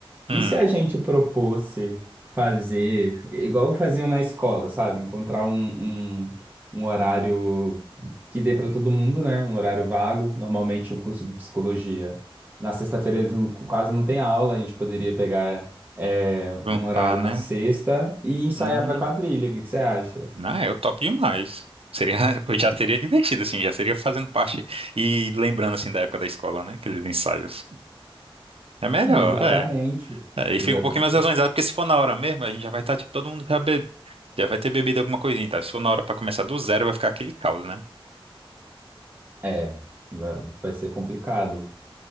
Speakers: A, on the right; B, on the right.
A: Hum,
B: E se a gente propôsse fazer, igual faziam na escola, sabe? Encontrar um, um, um horário que dê para todo mundo, né? Um horário vago. Normalmente o curso de psicologia, na sexta-feira eles não- quase não tem aula, a gente poderia pegar é,
A: juntar,
B: um horário
A: né?
B: na sexta e ensaiar
A: Hum.
B: para quadrilha. O que que você acha?
A: Ah, eu topo demais. Seria, <laughs> eu já teria divertido, assim, já seria fazendo parte e lembrando, assim, da época da escola, né? Aqueles ensaios. É melhor,
B: Não, exatamente.
A: é. É, e
B: Exatamente.
A: fica um pouquinho mais organizado, porque se for na hora mesmo, a gente já vai estar, tipo, todo mundo já, be... já vai ter bebido alguma coisinha, tá? Se for na hora pra começar do zero, vai ficar aquele caos, né?
B: É, vai, vai ser complicado.